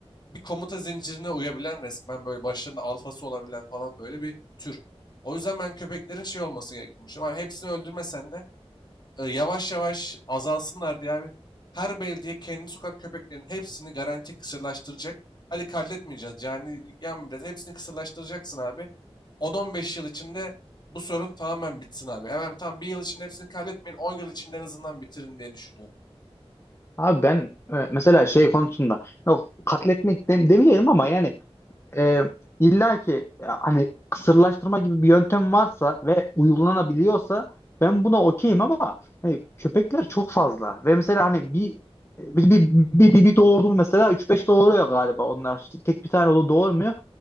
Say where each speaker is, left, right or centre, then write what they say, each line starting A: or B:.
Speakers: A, on the left; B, on the left.
A: bir komuta zincirine uyabilen resmen böyle başlarında alfası olabilen falan böyle bir tür. O yüzden ben köpeklerin şey olması gerektiğini düşünüyorum. Abi hepsini öldürmesen de e, yavaş yavaş azalsınlar diye abi her belediye kendi sokak köpeklerinin hepsini garanti kısırlaştıracak. Hadi katletmeyeceğiz. Yani yanmayacağız. Hepsini kısırlaştıracaksın abi. 10-15 yıl içinde bu sorun tamamen bitsin abi. Hemen tam bir yıl içinde hepsini katletmeyin. 10 yıl içinde en azından bitirin diye düşünüyorum.
B: Abi ben e, mesela şey konusunda yok katletmek dem- demeyelim ama yani e, illa ki e, hani kısırlaştırma gibi bir yöntem varsa ve uygulanabiliyorsa ben buna okeyim ama hani köpekler çok fazla ve mesela hani bir bir, bir, bir, bir doğurdu mu mesela üç beş doğuruyor galiba onlar İşte tek bir tane oğlu doğurmuyor